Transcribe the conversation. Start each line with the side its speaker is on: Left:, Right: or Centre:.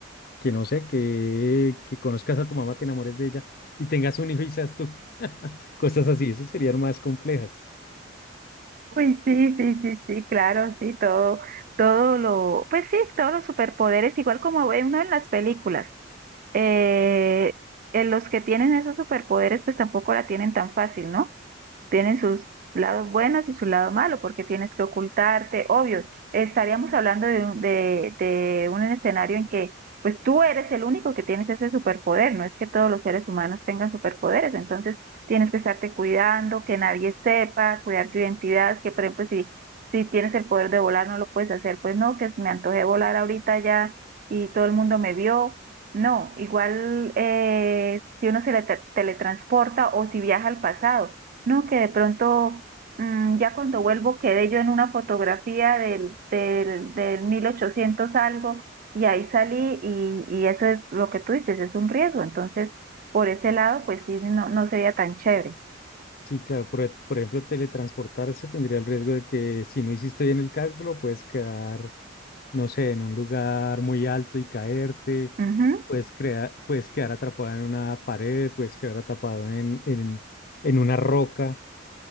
Left: que no sé, que, que conozcas a tu mamá, te enamores de ella y tengas un hijo y seas tú. <laughs> Cosas así, eso serían más complejas.
Right: Uy, sí, sí, sí, sí, claro, sí, todo, todo lo, pues sí, todos los superpoderes, igual como ve uno en las películas, eh, en los que tienen esos superpoderes, pues tampoco la tienen tan fácil, ¿no? Tienen sus lados buenos y su lado malo, porque tienes que ocultarte, obvio, estaríamos hablando de, un- de, de un escenario en que pues tú eres el único que tienes ese superpoder, no es que todos los seres humanos tengan superpoderes, entonces tienes que estarte cuidando, que nadie sepa, cuidar tu identidad, que por ejemplo si, si tienes el poder de volar no lo puedes hacer, pues no, que me antojé volar ahorita ya y todo el mundo me vio, no, igual eh, si uno se le te- teletransporta o si viaja al pasado, no, que de pronto, mm, ya cuando vuelvo, quedé yo en una fotografía del, del, del 1800 algo y ahí salí y, y eso es lo que tú dices, es un riesgo. Entonces, por ese lado, pues sí, no, no sería tan chévere.
Left: Sí, claro, por, e- por ejemplo, teletransportarse tendría el riesgo de que si no hiciste bien el cálculo, puedes quedar, no sé, en un lugar muy alto y caerte,
Right: Ujú,
Left: puedes, crea- puedes quedar atrapado en una pared, puedes quedar atrapado en, en, en una roca